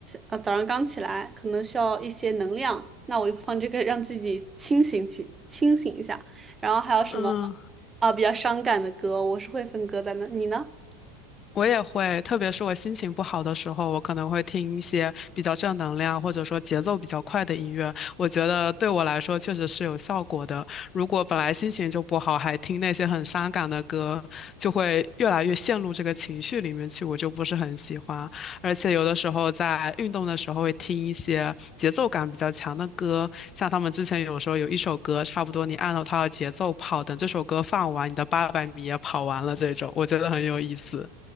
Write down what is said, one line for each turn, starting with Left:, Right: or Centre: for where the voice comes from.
Right: 呃早上刚起来可能需要一些能量，那我就放这个让自己清醒起清醒一下。然后还有什么
Left: 嗯。
Right: 啊、比较伤感的歌，我是会分歌单的，你呢？
Left: 我也会，特别是我心情不好的时候，我可能会听一些比较正能量或者说节奏比较快的音乐。我觉得对我来说确实是有效果的。如果本来心情就不好，还听那些很伤感的歌，就会越来越陷入这个情绪里面去，我就不是很喜欢。而且有的时候在运动的时候会听一些节奏感比较强的歌，像他们之前有时候有一首歌，差不多你按照它的节奏跑，等这首歌放完，你的八百米也跑完了这种，我觉得很有意思。